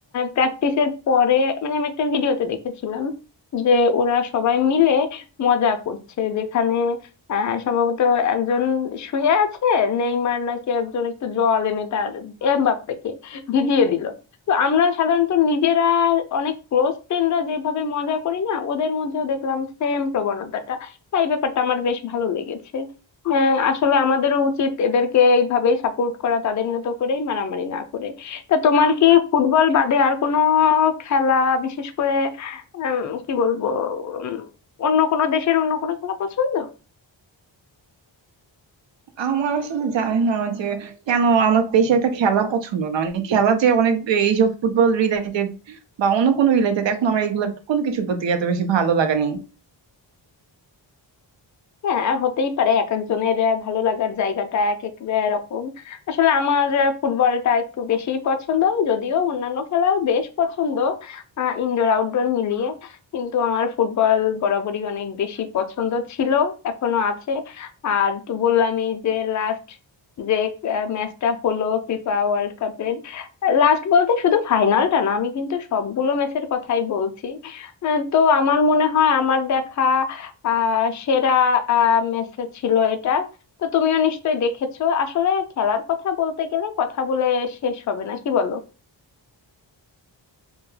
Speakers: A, on the left; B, on the right.
A: প্র্যাকটিসের পরে মানে আমি একটা ভিডিওতে দেখেছিলাম যে ওরা সবাই মিলে মজা করছে যেখানে আহ, সম্ভবত একজন শুয়ে আছে নেইমার নাকি একজন একটু জল এনে তার এমবাপ্পেকে ভিজিয়ে দিল তো আমরা সাধারণত নিজেরা অনেক ক্লোজ ফ্রেন্ডরা যেভাবে মজা করি না ওদের মধ্যেও দেখলাম সেম প্রবণতাটা তাই ব্যাপারটা আমার বেশ ভালো লেগেছে আহ, আসলে আমাদেরও উচিত এদেরকে এইভাবেই সাপোর্ট করা তাদের মতো করেই মারামারি না করে তা তোমার কি ফুটবল বাদে আর কোনো খেলা বিশেষ করে উম, কি বলবো উম, অন্য কোনো দেশের অন্য কোনো খেলা পছন্দ
B: আমার আসলে জানি না যে কেন আমার বেশি একটা খেলা পছন্দ না মানে খেলা যে অনেক এই যে ফুটবল রিলেটেড বা অন্য কোনো রিলেটেড এখন আমার এগুলোর কোনো কিছুর প্রতি এত বেশি ভালো লাগা নেই
A: হ্যাঁ হতেই পারে এক একজনের আহ, ভালো লাগার জায়গাটা এক এক আহ, রকম আসলে আমার আহ, ফুটবলটা একটু বেশিই পছন্দ যদিও অন্যান্য খেলাও বেশ পছন্দ ইনডোর আউটডোর মিলিয়ে কিন্তু আমার ফুটবল বরাবরই অনেক বেশি পছন্দ ছিল এখনো আছে আর তো বললামই যে লাস্ট যে ম্যাচটা হলো ফিফা ওয়ার্ল্ড কাপের লাস্ট বলতে শুধু ফাইনালটা না আমি কিন্তু সবগুলো ম্যাচের কথাই বলছি আহ, তো আমার মনে হয় আমার দেখা আহ সেরা আহ ম্যাচ ছিল এটা তো তুমিও নিশ্চয়ই দেখেছো আসলে খেলার কথা বলতে গেলে কথা বলে শেষ হবে না কি বলো